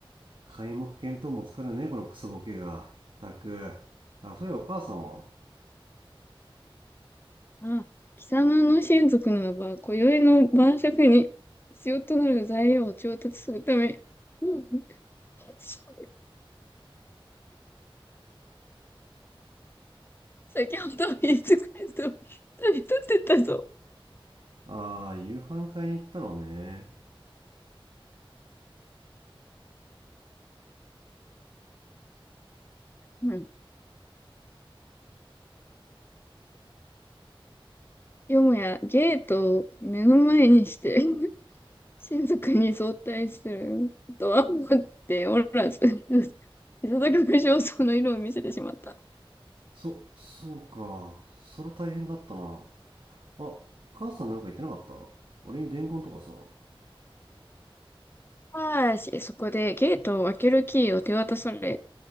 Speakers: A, on the right; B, on the left.
A: 皆目見当もつかるねこのクソボケがたくあそういやお母さんは
B: あ、貴様の親族ならば、今宵の晩酌に必要となる材料を調達するため、うんさ先ほど言いつかれと旅立ってったぞ。
A: ああー夕飯買いに行ったのね
B: うん。よもやゲートを目の前にして、親族に相対するとは思っておらず、いささく無精の色を見せてしまった。
A: そ、そうか。そら大変だったな。あ、母さんなんか言ってなかった俺に伝言とかさ。
B: ああし、そこでゲートを開けるキーを手渡され、